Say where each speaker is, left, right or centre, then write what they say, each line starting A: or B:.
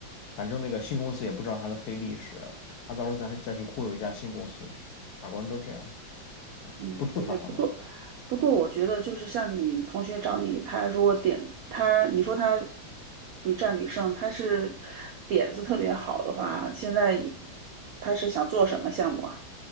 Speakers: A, on the left (about 65°); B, on the right (about 85°).
A: 反正那个新公司也不知道他的黑历史，他到时候再再去忽悠一家新公司去。法国人都这样，
B: 嗯，
A: 不吐槽他们。
B: 对对，不过不过，我觉得就是像你同学找你，他如果点他，你说他屡战屡胜，他是点子特别好的话，现在也他是想做什么项目啊？